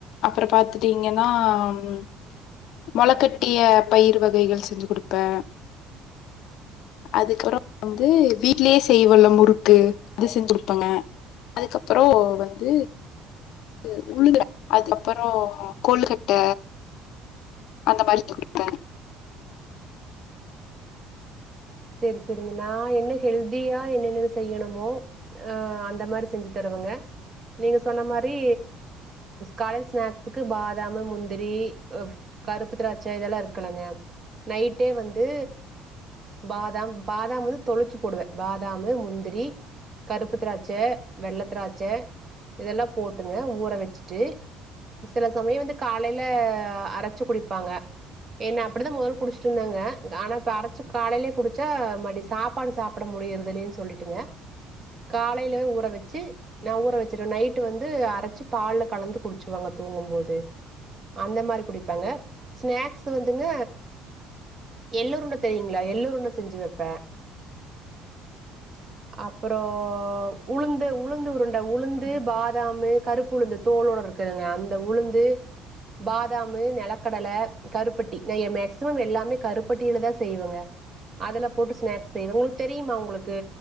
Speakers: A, on the left; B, on the right.
A: அப்பற பாத்துட்டீங்கன்னா ம் மொளக்கட்டிய பயிரு வகைகள் செஞ்சு குடுப்ப அதுக்கப்றோ வந்து வீட்லே செய்வோல்ல முறுக்கு அது செஞ்சு குடுப்பங்க அதுக்கப்பறோ வந்து <unintelligible> உளுந்துட அதுக்கப்பறோ கொழுக்கட்ட அந்த மாரி <unintelligible> குடுத்த
B: சேரி சேரிங்கன்ன நா என்ன ஹெல்தியா என்னென்ன செய்யணுமோ ஆ அந்த மாரி செஞ்சு தருவங்க நீங்க சொன்ன மாரி கால ஸ்நாக்ஸ்க்கு பாதம்மு முந்திரி கருப்பு திராட்ச இதல்லா இருக்கலங்க நைட்டே வந்து பாதாம் பாதாம் வந்து தொளச்சு போடுவ பாதாம்மு முந்திரி கருப்பு திராட்ச வெள்ள திராட்ச இதல்லா போட்டுங்க ஊற வச்சுட்டு சில சமய வந்து காலைல அரச்சு குடிப்பாங்க ஏன்ன அப்டிதா மொதல குடிச்சிட்ருந்தங்க ஆனா இப்ப அரச்சு காலைலே குடிச்சா மடி சாப்பாடு சாப்பட முடியர்தில்லன் சொல்லிட்டுங்க காலைல ஊற வச்சு நா ஊற வச்சிருவ நைட்டு வந்து அரச்சு பால்ல கலந்து குடிச்சுவாங்க தூங்கும் போது அந்த மாரி குடிப்பாங்க ஸ்நாக்ஸ் வந்துங்க எள்ளூருண்ட தெரியுங்களா எள்ளூருண்ட செஞ்சு வைப்ப அப்பறோ உளுந்து உளுந்து உருண்ட உளுந்து பாதாம்மு கருப்புளுந்து தோலோடருக்குதுங்க அந்த உளுந்து பாதாமு நெலக்கடல கருப்பட்டி நா ஏ மேக்சிமம் எல்லாமே கருப்பட்டில தா செய்வங்க அதுல போட்டு ஸ்நாக்ஸ் செய்வ உங்ளுக் தெரிமா உங்களுக்கு